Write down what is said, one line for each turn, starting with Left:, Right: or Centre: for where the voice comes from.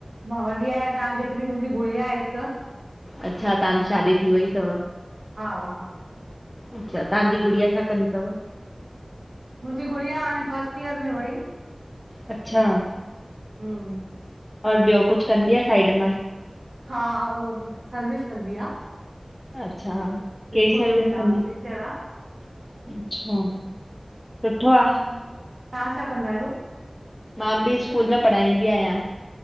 Right: मां वॾी आहियां तव्हां जेतिरी मुंहिंजी गुड़िया आहे हिक।
Left: अच्छा, तव्हांजी शादी थी वई तव?
Right: हा हा
Left: अच्छा, तव्हांजी गुड़िया छा कंदी तव?
Right: मुंहिंजी गुड़िया हाणे फर्स्ट ईयर में वई।
Left: अच्छा
Right: हम्
Left: और ॿियो कुछ कंदी आ साइड मां ई?
Right: हा उ सर्विस कंदी आ।
Left: अच्छा कहिड़ी
Right: स्कूल
Left: सर्विस
Right: में डांस
Left: कंदी?
Right: टीचर आ।
Left: अच्छा सुठो आ।
Right: तां छा कंदा आयो?
Left: मां बि स्कूल में पढ़ाईंदी आहियां।